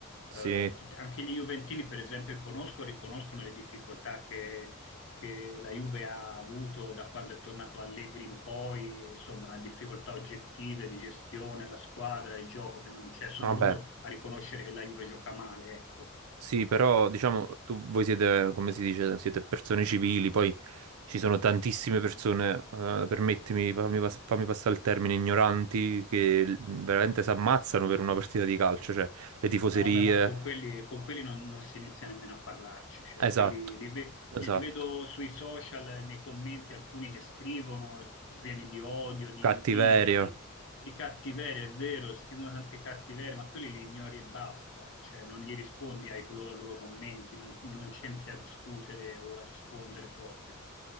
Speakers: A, on the left (about 60°); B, on the right (about 80°).
A: eh,
B: sì,
A: tutti- anche gli juventini per esempio conosco, riconoscono le difficoltà che, che la Juve ha avuto da quando è tornato Allegri in poi, insomma difficoltà oggettive di gestione, la squadra, il gioco che non c'è, sono
B: vabbè.
A: loro a riconoscere che la Juve gioca male, ecco.
B: Sì, però diciamo, tu, voi siete, come si dice, siete persone civili, poi ci sono tantissime persone, eh, permettimi, fammi, pas- fammi passare il termine, ignoranti, che l- veramente si ammazzano per una partita di calcio, cioè le tifoserie,
A: No, vabbè, ma con quelli, con quelli non, non si inizia nemmeno a parlarci, cioè
B: esatto,
A: quelli li, ve-
B: esatto,
A: li vedo sui social, eh, nei commenti, alcuni che scrivono, tutti pieni di odio, di
B: cattiveria.
A: invidia, di, di cattiveria, è vero, scrivono tante cattiverie, ma quelli li ignori e basta, eh, cioè non gli rispondi ai colo- ai loro commenti, non, non c'entri a discutere o a rispondere proprio.